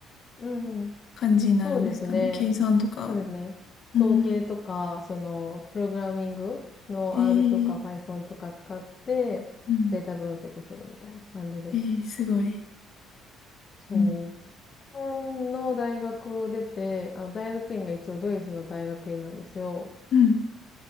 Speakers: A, on the left (about 25°); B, on the left (about 45°).
A: うんうん。
B: 感じになるんですかね。
A: そうですね。
B: 計算とか。
A: そうですね。統計とか、
B: うん。
A: その、プログラミングの
B: えー、
A: R とか Python とか使って、
B: うん。
A: データ分析するみたいな感じですね。
B: えー、すごい。
A: そう。
B: うん。
A: 日本の大学を出て、あの、大学院が一応ドイツの大学院なんですよ。
B: うん。